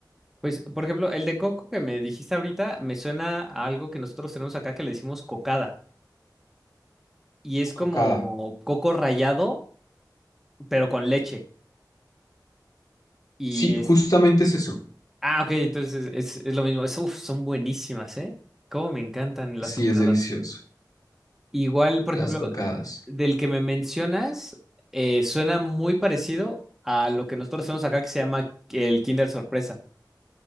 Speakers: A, in the centre; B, on the left.
A: Pues, por ejemplo, el de coco que me dijiste ahorita me suena a algo que nosotros tenemos acá que le decimos cocada. Y es
B: Cocada.
A: como coco rallado, pero con leche. Y
B: Sí,
A: es.
B: justamente es eso.
A: Ah, ok, entonces es, es lo mismo. Es- uf, son buenísimas, ¿eh? Cómo me encantan las
B: Sí,
A: cocadas.
B: es delicioso.
A: Igual, por
B: Las
A: ejemplo,
B: cocadas.
A: del que me mencionas, eh, suena muy parecido a lo que nosotros hacemos acá que se llama el Kinder Sorpresa.